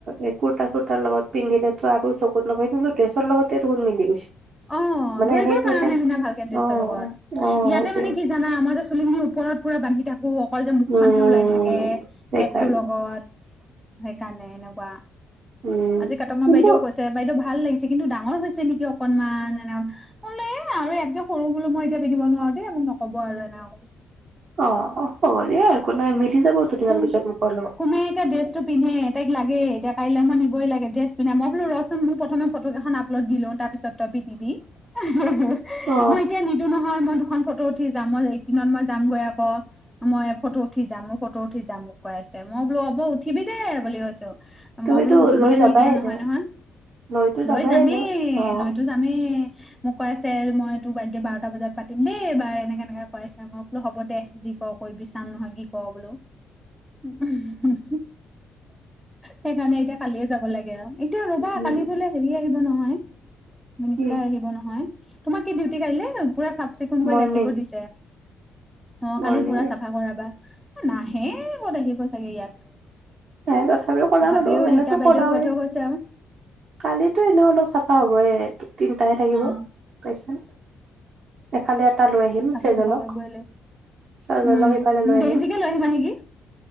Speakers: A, on the right (about 65°); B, in the centre.
A: এ কুৰ্তা চুৰ্তাৰ লগত পিন্ধিলেতো আৰু চকুত লগাই কিন্তু ড্ৰেছৰ লগতে দেখোন মিলি গৈছে।
B: অ
A: মানে
B: ধৰিবই
A: সেইটো
B: পাৰা
A: সে
B: নাই সিনা ভালকে ড্ৰেছৰ
A: অ
B: লগত
A: অ
B: ইয়াতে
A: সেইটোৱে
B: মানে কি জানা আমাৰ যে চুলিখিনি ওপৰত পু বান্ধি থাকো অকল যে মুখখনহে
A: উম
B: ওলাই থাকে
A: সেইকাৰণে
B: কেব টোৰ লগত কাৰনে এনেকুৱা
A: উম
B: আজি কাটম
A: কিন্তু
B: বাইদেউও কৈছে বাইদেউ ভাল লাগিছে কিন্তু ডাঙৰ হৈছে নেকি অকনমান এনেকে কৈছে মই‌ বুলো এ‌‌ আৰু এযাতকে সৰু বোলো মই এতিয়া পিন্ধিব নোৱাৰো দেই মোক নকব আৰু এনে
A: অ হ'ব দিয়া নাই মিলি যাব দুদিনমান
B: কোমে
A: পিছত মোকৰ লগত
B: এতিয়া ড্ৰেছটো পিন্ধে তাইক লাগে এতি কাইলৈ মই নিবই লাগে ড্ৰেছ পিন্ধা মই বলো ৰচোন প্ৰথম ফটোকেইখন আপলোড দিলও তাৰপিছত তই পিন্ধিবি‌ এ হে হে
A: অ
B: মই এতিয়া নিদো নহয় মই, খন ফটো উঠি যাম মই এইকেইদিনত‌ মই যাম গৈ আকৌ মই ফটো উঠি যাম ফটো উঠি যাম কৈ আছে মই বোলো হব উঠিবি বুলি কৈছো
A: তুমিতো
B: মই বোলো উঠিবলৈ
A: লৈ যাবাই
B: নিদিয়া নহয়
A: এনেও
B: নহয়
A: লৈতো
B: লৈ
A: যাবাই
B: যামেই
A: এনেও অ
B: লৈতো যামেই মোক কৈ আছে মই তোৰ বাৰ্থডে বাৰটা বজাত পাতিম দেই এইবাৰ এনেকে এনেকে কৈ আছে মই বোলো হ'ব দে। যি ক কৰিবি চাম নহয় কি ক বোলো ওহো হো হো হো সেইকাৰণে এতিয়া কালিয়ে যাব লাগে আৰু এতিয়া ৰবা
A: উম
B: কালি গলে হেৰি আহিব নহয় মিনিষ্টাৰ
A: কি
B: আহিব নহয় তোমাৰ কি ডিউটি কাইিলে, পুৰা চাফ চিকুণ কৰি
A: মৰ্ণিং
B: ৰাখিব দিছে অ
A: মৰ্ণিং
B: কালি পুৰা চাফা কৰাবা নাহে ক'ত আহিব, চাগে ইয়াত
A: এ তথাপিও কৰা
B: তথাপিও
A: আৰু এনেতো
B: ৰীতা বাইদেউ
A: কৰাওয়ে
B: কৈ থৈ গৈছে আৰু
A: কালিতো এনে অলপ চাফা হবয়ে, তিনিটাহে থাকিব
B: অ
A: পাইছে ন এফালে এটা লৈ আহিম
B: চাফা
A: চেজলক
B: চাফা কৰিবই লাগিব
A: চেজলক
B: উম
A: ইফালে লৈ আহিম
B: বেজিকে লৈ আহিবা নেকি